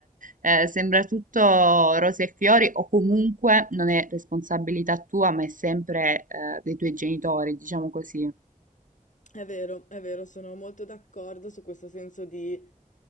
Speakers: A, on the right; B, on the left.
A: eh, sembra tutto rose e fiori o comunque non è responsabilità tua, ma è sempre eh, dei tuoi genitori, diciamo così.
B: È vero, è vero, sono molto d'accordo su questo senso di